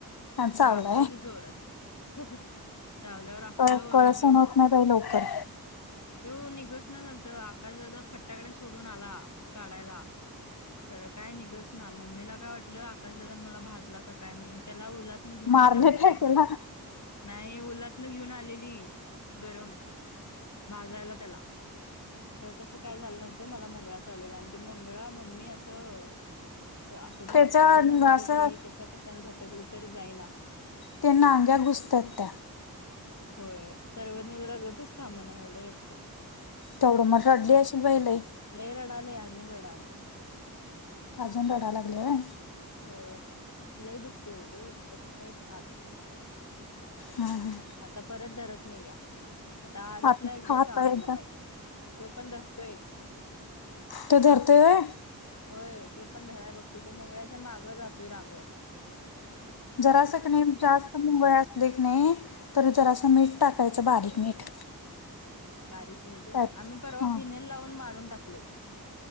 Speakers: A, on the left; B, on the left.
A: चावलाय
B: चावला की जोरात. <unintelligible> चावल्यावर असलो
A: कळ कळ
B: ओरडलो.
A: सहन होत नाही बाई लवकर
B: तेव निघसन झालत आकाश दादा फट्टाकडे सोडून आला काढायला. खरं काय निघस ना मम्मीला काय वाटलं आकाशातजण मला भाजला का काय म्हणून त्याला ओलात घेऊन
A: मारले
B: आल्या मम्मी
A: काय त्याला
B: नाही ओलातन घेऊन आलेली गरम बाजायला त्याला. खर तसं काय झालं नव्हतं मला मुंगळा चावलेला आणि ते मुंगळा मम्मी असं असं
A: त्याच्या
B: साडीन झटकली
A: असं
B: कशा कशाने झटकली तरी जाईना
A: त्यांना आग्या घुसतात त्या.
B: होय सर्वजञील रगतच थांबना एवढं रगत.
A: तेवढं मग रडली अशेल बाहिले.
B: लय रडाले अजून रडाले.
A: अजून रडा लागले आहे.
B: होय लय दुखतेय ते रस्ते आत.
A: हम्म हम्म.
B: आता परत धरत नाही या. आता आरुषला
A: हा आता
B: एकदा चावायला
A: आता एकदा
B: पाहिजे तो पण धरतोय.
A: ते धरतो व्हय.
B: होय तो पण धराय बघतोय ते मंगळ्याच्या मागं राहतोय रांग.
A: जरासं की ने जास्त मुंगळे असले की नाही तर जरास मीठ टाकायचं बारीक मीठ
B: बारीक मिठूय
A: पॅच
B: आम्ही परवा
A: हा
B: फिनेल लावून मारून टाकलंय.